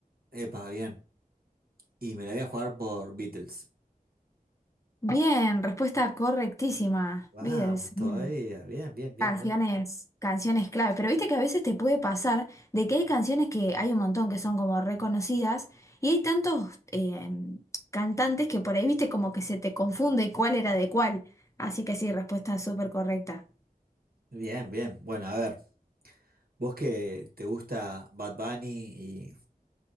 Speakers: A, on the right; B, on the left.
A: Epa, bien. Y me la voy a jugar por Beatles.
B: Bien, respuesta correctísima,
A: Vamos,
B: Beatles.
A: todavía.
B: Bueno.
A: Bien, bien, bien,
B: Canciones,
A: bien.
B: canciones clave, pero viste que a veces te puede pasar de que hay canciones que hay un montón que son como reconocidas y hay tantos eh, cantantes que por ahí viste como que se te confunde cuál era de cuál. Así que sí, respuesta súper correcta.
A: Bien, bien. Bueno, a ver, vos que te gusta Bad Bunny y